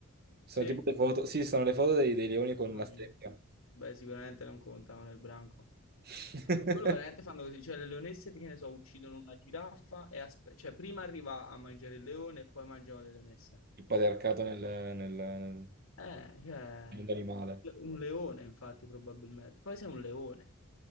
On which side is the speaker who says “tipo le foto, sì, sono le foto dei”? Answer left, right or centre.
Right